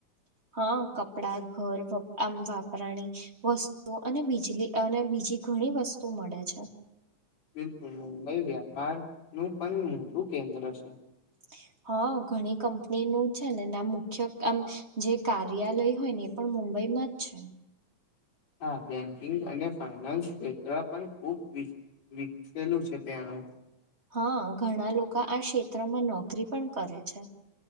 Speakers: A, on the right; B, on the left.
A: હ કપડા ઘર આમ વાપરાણી વસ્તુ અને બીજલી અને બી જી ઘણી વસ્તુ મળે છે.
B: બિલકુલ મુંબઈ વ્યાપાર નું પન મોટું કેન્દ્ર છે.
A: <inaudible> હ ઘણી કંપની નું છે ને <unintelligible> આમ જે કાર્યાલય હોય ને એ પણ મુંબઈ માં જ છે.
B: હા બેન્કિંગ અને ફાઈનાન્સ ક્ષેત્ર પણ ખુબ વિકસેલું છે ત્યાં.
A: હા ઘણા લોકો આ ક્ષેત્રમાં નોકરી પણ કરે છે.